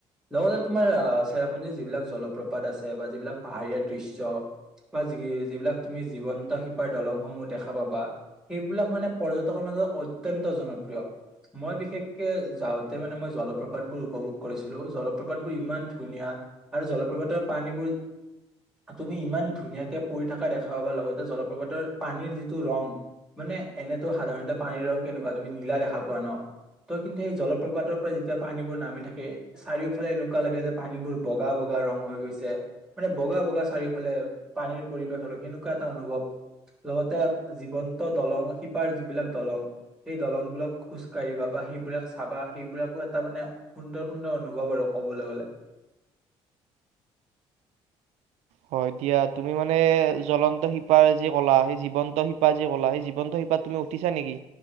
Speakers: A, in the centre; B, on the right.
A: লগতে তোমাৰ আহ চেৰাপুঞ্জীৰ যিবিলাক জলপ্ৰপাত আছে বা যিবিলাক পাহাৰীয়া দৃশ্য বা যি -যিবিলাক তুমি জীৱন্ত পাৰ দলংসমূহ দেখা পাবা সেইবিলাক মানে পৰ্যটকৰ মাজত অত্যন্ত জনপ্ৰিয় মই বিশেষকে যাওঁতে মানে মই জলপ্ৰপাত বোৰ উপভোগ কৰিছিলো জলপ্ৰপাত বোৰ ইমান ধুনীয়া আৰু জলপ্ৰপাতৰ পানীবোৰ তুমি ইমান ধুনীয়াকে পৰি থকা দেখা পাবা লগতে জল প্ৰপাতৰ পানীৰ যিটো ৰং মানে এনেতো সাধাৰণতে পানীৰ ৰং কেনেকুৱা তুমি নীলা দেখা পোৱা ন ত' কিন্তু সেই জলপ্ৰপাতৰ পৰা যেতিয়া পানীবোৰ নামি থাকে চাৰিওফালে এনেকুৱা লাগে যে পানীবোৰ বগা -বগা ৰং হৈ গৈছে মানে বগা- বগা চাৰিওফালে পানীৰ পৰিৱেশ আৰু সেনেকুৱা এটা অনুভৱ। লগতে জীৱন্ত দলং শিপাৰ যিবিলাক দলং সেই দলংবোৰত খোজ কাঢ়িবা বা সেইবিলাক চাবা সেইবিলাকো এটা মানে সুন্দৰ -সুন্দৰ অনুভৱ আৰু ক'বলৈ গলে।
B: হয় দিয়া তুমি মানে জ্বলন্ত শিপাৰ যি কলা সেই জীৱন্ত শিপা যি কলা সেই জীৱন্ত শিপাত তুমিও উঠিছা নেকি